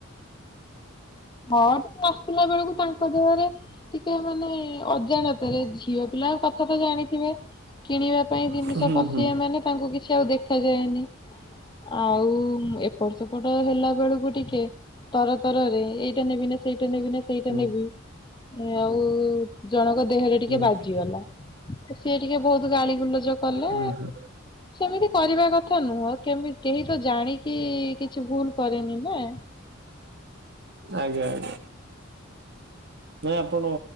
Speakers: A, on the left; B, on the right.
A: ହଁ ତ ଆସିଲା ବେଳକୁ ତା ତା ଦେହରେ ଟିକେ ମାନେ ଅଜାଣତରେ ଝିଅ ପିଲାଙ୍କ କଥା ତ ଜାଣିଥିବେ। କିଣିବା ପାଇଁ ଜିନିଷ
B: ହୁଁ ହୁଁ
A: ପଶିବେ
B: ହୁଁ
A: ମାନେ ତାଙ୍କୁ କିଛି ଆଉ ଦେଖ ଦେଇନି ଆଉ ଏପଟ ସେପଟ ହେଲା ବେଳକୁ ଟିକେ ତର ତରରେ ଏଇଟା ନେବି ନା ସେଇଟା ନେବି ନା ସେଇଟା
B: ହୁଁ
A: ନେବି ଆଉ ଜଣଙ୍କ ଦେହରେ ଟିକେ
B: ହୁଁ
A: ବାଜିଗଲା। ସିଏ ଟିକେ ବହୁତ ଗାଳିଗୁଲଜ କଲେ
B: ହୁଁ
A: ସେମିତି କରିବା କ ଥା ନୁହଁ କେମିତି କେହି ତ ଜାଣିକି କିଛି ଭୁଲ କରେନି। ନା।
B: ଆଜ୍ଞା ଆଜ୍ଞା। ନାଇଁ ଆପଣ